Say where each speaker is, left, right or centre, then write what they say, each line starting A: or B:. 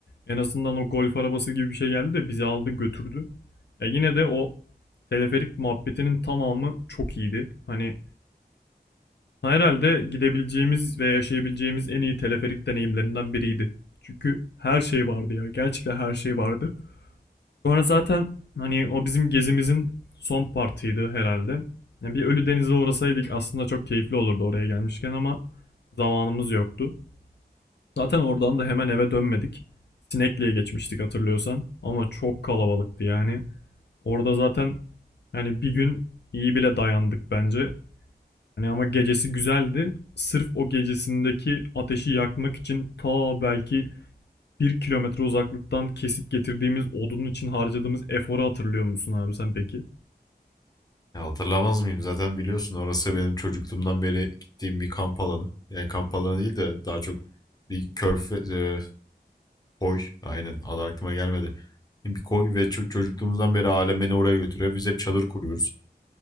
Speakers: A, on the left; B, on the left.
A: en azından o golf arabası gibi bir şey geldi de bizi aldı götürdü. Ya yine de o teleferik muhabbetinin tamamı çok iyiydi. Hani Herhalde gidebileceğimiz ve yaşayabileceğimiz en iyi teleferik deneyimlerinden biriydi. Çünkü her şey vardı ya. Gerçekten her şey vardı. Sonra zaten hani o bizim gezimizin son partiydi herhalde. Yani bir Ölüdeniz'e uğrasaydık aslında çok keyifli olurdu oraya gelmişken ama zamanımız yoktu. Zaten oradan da hemen eve dönmedik. Sinekli'ye geçmiştik hatırlıyorsan ama çok kalabalıktı yani. Orada zaten yani bir gün iyi bile dayandık bence. Yani ama gecesi güzeldi. Sırf o gecesindeki ateşi yakmak için ta belki bir kilometre uzaklıktan kesip getirdiğimiz odunun için harcadığımız eforu hatırlıyor musun abi sen peki?
B: Ya hatırlamaz mıyım? Zaten biliyorsun orası benim çocukluğumdan beri gittiğim bir kamp alanı. Yani kamp alanı değil de daha çok bir körfe, e, Koy. Aynen. Adı aklıma gelmedi. Bir koy ve ço- çocukluğumuzdan beri alem beni oraya götürüyor. Biz hep çadır kuruyoruz.